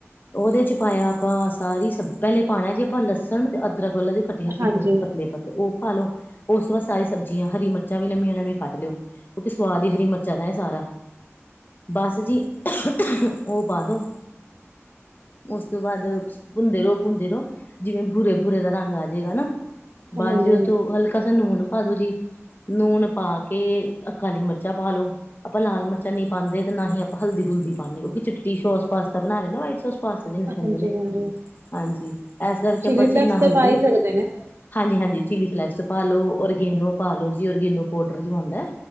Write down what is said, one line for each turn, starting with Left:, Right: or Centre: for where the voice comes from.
Left: ਉਹਦੇ ਚ ਪਾਇਆ ਆਪਾਂ ਸਾਰੀ ਸਬਜ਼ੀ ਪਹਿਲੇ ਪਾਣਾ ਜੇ ਆਪਾਂ ਲਸਣ ਤੇ ਅਦਰਕ ਵਾਲਾ। ਕੱਟਿਆ ਸੀ
Right: ਹਾਂਜੀ,
Left: ਪਤਲੇ ਪਤਲੇ ਉਹ ਪਾਲੋ ਉਸ ਤੋਂ ਬਾਅਦ ਸਾਰੀਆਂ ਸਬਜ਼ੀਆਂ ਹਰੀ ਮਿਰਚਾਂ ਵੀ ਲੰਮੀਆਂ ਲੰਮੀਆਂ ਕੱਟ ਲਿਓ। ਕਿਉਂਕਿ ਸਵਾਦ ਹੀ ਹਰੀ ਮਿਰਚਾਂ ਦਾ ਇਹ ਸਾਰਾ ਬਸ ਜੀ। ਓ ਪਾਦੋਂ। ਉਸ ਤੋਂ ਬਾਅਦ ਭੁੰਨਦੇ ਰਹੋ ਭੁੰਨਦੇ ਰਹੋ ਜਿਵੇਂ ਭੂਰੇ ਭੂਰੇ ਦਾ ਰੰਗ ਆ ਜੇਗਾ ਨਾ ਬਸ
Right: ਹਾਂਜੀ,
Left: ਜੀ ਓ
Right: ਹਾਂਜੀ।
Left: ਚੋ ਹਲਕਾ ਜਾ ਨੂਨ ਪਾ ਦੋ ਜੀ। ਨੂਣ ਪਾ ਕੇ ਕਾਲੀ ਮਿਰਚਾਂ ਪਾ ਲਓ। ਆਪਾਂ ਲਾਲ ਮਿਰਚਾਂ ਨੀ ਪਾਂਦੇ ਤੇ ਨਾ ਹੀ ਆਪਾਂ ਹਲਦੀ ਹੁਲਦੀ ਪਾਣੀ ਕਿਉਂਕਿ ਚਿੱਟੀ ਸੋਸ ਪਾਸਤਾ ਬਣਾ ਰਹੇ ਨਾ ਵਾਈਟ ਸੋਸ ਪਾਸਤਾ ਜਿਹਨੂੰ ਖਾਂਦੇ
Right: ਹਾਂਜੀ,
Left: ਨੇ
Right: ਹਾਂਜੀ
Left: ਹਾਂਜੀ ਇਸ ਕਰਕੇ
Right: ਚਿਲੀ
Left: ਆਪਾਂ ਏ
Right: ਫਲੈਕਸ
Left: ਚ ਨਾ
Right: ਤੇ
Left: ਹਲਦੀ
Right: ਪਾ ਹੀ ਸਕਦੇ ਨੇ।
Left: ਹਾਂਜੀ ਹਾਂਜੀ, ਚਿੱਲੀ ਫਲੈਕਸ ਪਾ ਲੋ ਓਰਗਨੋ ਪਾ ਲੋ ਜੀ ਓਰਗੇਨੋ ਪਾਊਡਰ ਜੋ ਆਂਦਾ।